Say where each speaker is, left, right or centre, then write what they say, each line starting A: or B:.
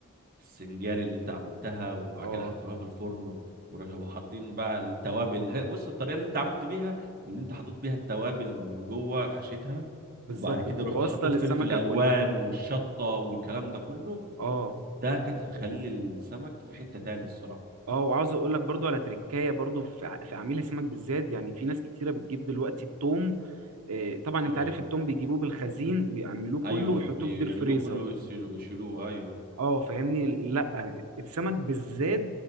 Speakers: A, on the right; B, on the right.
A: السنجاري اللي انت عملتها وبعد
B: اه
A: كده حطيناها في الفرن ور- وحاطين بقى التوابل هي- بص الطريقه اللي انت عملت بيها اللي انت حطيت بيها التوابل من جوه حشيتها
B: بالظبط
A: وبعد كده
B: بتبقى
A: رحت
B: واصله
A: حطيت
B: للسمكه
A: فلفل الوان
B: كلها
A: والشطه والكلام ده كله
B: اه
A: ده كانت مخلي السمك في حته تاني الصراحه
B: اه وعاوز اقول لك برضو على تريكايه برضو في ع- في عميل السمك بالذات يعني في ناس كتيره بتجيب دلوقتي التوم آه، طبعا
A: اه
B: انت عارف التوم بيجيبوه بالخزين ويعملوه كله
A: ايوه
B: ويحطوه
A: بيعملوه
B: في دير فريزر
A: كله ويسيلوه- ويشيلوه ايوه
B: اه فاهمني لا السمك بالذات